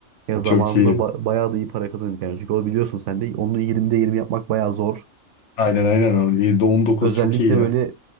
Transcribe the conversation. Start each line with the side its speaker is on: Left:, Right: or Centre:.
Right: Ya zamanında
Left: <laughs> Çok iyi.
Right: ba- bayağı da iyi para kazanıyorduk yani. Çünkü o biliyorsun sen de onu 20'de 20 yapmak bayağı zor.
Left: Aynen aynen. o. 19
Right: Özellikle
Left: çok iyi ya.
Right: böyle